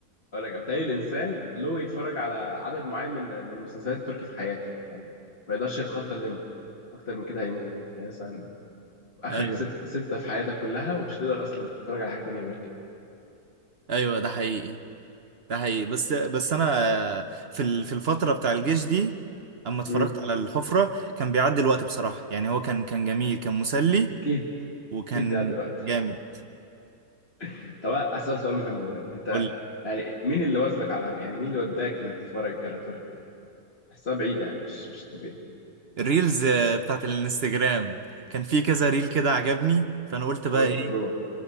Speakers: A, on the left; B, on the right.
A: اقول لك بالتالي الانسان له يتفرج على عدد معين من من المسلسلات التركي في حياته يعني ما يقدرش يتخطى الليميت اكتر من كده هيموت يعني مثلا اخرك
B: ايوه
A: ست ستة في حياتك كلها ومش تقدر اصلا تتفرج على حاجة تانية غير كده
B: ايوه ده حقيقي ده حقيقي بس بس انا في ال- في الفتره بتاع الجيش دي اما اتفرجت
A: امم
B: على الحفره كان بيعدي الوقت بصراحه يعني هو كان كان جميل كان مسلي
A: اكيد
B: وكان
A: اكيد بيعدي الوقت
B: جامد
A: <laughs> طب اسال سؤال مهم طيب انت
B: قول لي.
A: يعني مين اللي وزك على يعني مين اللي وداك انك تتفرج على تركي يعني حسها بعيدة يعني مش مش طبيعي
B: الريلز آه، بتاعت الانستجرام كان في كذا ريل كده عجبني فانا قلت بقى
A: فقلت
B: ايه
A: تروح